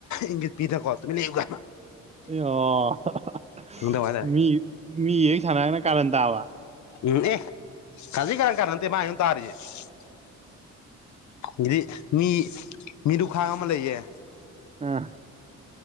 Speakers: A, on the left; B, on the right.
A: ꯏꯪꯒꯤꯠ ꯄꯤꯗꯅꯀꯣ ꯇꯨꯃꯤꯟ ꯂꯩꯌꯨ ꯀꯥꯏ
B: ꯑꯦ ꯑꯣ ꯍꯥ ꯍꯥ
A: ꯈꯪꯗꯕ ꯍꯥꯏꯇꯥꯔꯦ
B: ꯃꯤ ꯃꯤꯒꯤ ꯍꯦꯛ ꯁꯥꯟꯅꯔꯒꯅ ꯀꯥꯔꯟ ꯇꯥꯕ
A: ꯎꯝ ꯑꯦ ꯈꯖꯤꯛ ꯈꯔꯥꯛ ꯀꯥꯔꯟꯅ ꯅꯠꯇꯦ ꯃꯥꯅ ꯑꯩꯉꯣꯟꯗ ꯇꯥꯔꯤꯁꯦ ꯑꯗꯩ ꯃꯤ ꯃꯤꯅꯨꯈꯥꯡ ꯑꯃ ꯂꯩꯌꯦ
B: ꯑꯥ